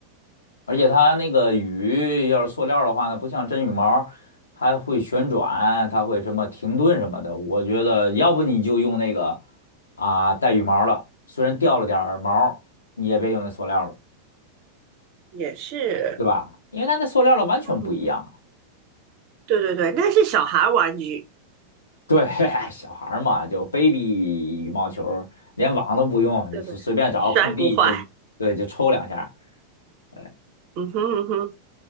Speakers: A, on the left (about 75°); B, on the right (about 45°).
A: 而且它那个羽，要是塑料的话呢，不像真羽毛，它会旋转，它会什么停顿什么的。我觉得要不你就用那个啊带羽毛的，虽然掉了点儿毛，你也别用那塑料的，
B: 也是。
A: 对吧？因为它那塑料的完全不一样啊
B: 嗯，对对对，那是小孩玩具，
A: 对，<laughs> 小孩儿嘛，就 baby 羽毛球儿，连网都不用，
B: 对对，
A: 就是随便找个空地就对就抽两下儿。
B: 摔不坏。
A: 对，
B: 嗯哼嗯哼